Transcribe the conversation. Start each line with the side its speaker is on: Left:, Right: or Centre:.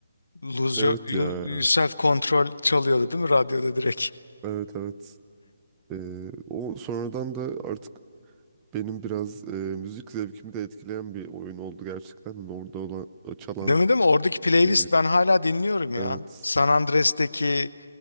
Left: Lose
Right: Evet
Left: Your, Your-
Right: ya.
Left: Self Control çalıyordu değil mi radyoda direkt?
Right: Evet evet. Ee, o sonradan da artık benim biraz e, müzik zevkimi de etkileyen bir oyun oldu gerçekten. Orada olan, o çalan.
Left: Değil mi değil mi? Oradaki playlist
Right: e,
Left: ben hala dinliyorum ya.
Right: evet.
Left: San Andreas'teki